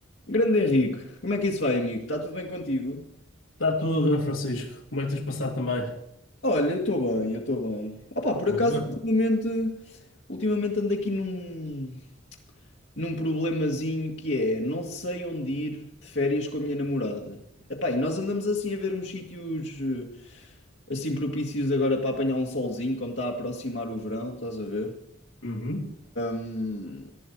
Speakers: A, on the left; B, on the left.
A: Grande Henrique, como é que isso vai, amigo? Está tudo bem contigo?
B: Está tudo, Grande Francisco. Como é que tens passado também?
A: Olha, eu estou bem, eu estou bem. Ah pá, por
B: Bem.
A: acaso, ultimamente, ultimamente ando aqui num, num problemazinho que é, não sei onde ir de férias com a minha namorada. Epá, e nós andamos assim a ver uns sítios eh, assim propícios agora para apanhar um solzinho, como está a aproximar o verão, estás a ver?
B: Uhum.
A: Hum,